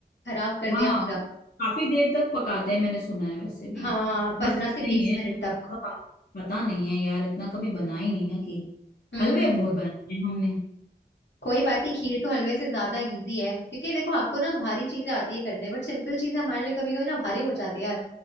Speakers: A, on the left; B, on the left.
A: खराब कर
B: हाँ
A: दिया पूरा
B: काफी देर तक पकाते हैं मैंने सुना है वैसे भी
A: हाँ पंद्रह
B: बस नहीं
A: से बीस
B: है
A: मिनट
B: मुझे
A: तक
B: पूरा पक- पता नहीं है यार इतना कभी बना ही नहीं ना खीर
A: हम्म
B: हलवे
A: हम्म
B: बहुत बनाए हैं हमने
A: कोई बात नहीं खीर तो हलवे से ज्यादा इजी है क्योंकि देखो आपको ना भारी चीजें आती है करने बट सिंपल चीज हमारे लिए कभी कभी ना भारी हो जाती है यार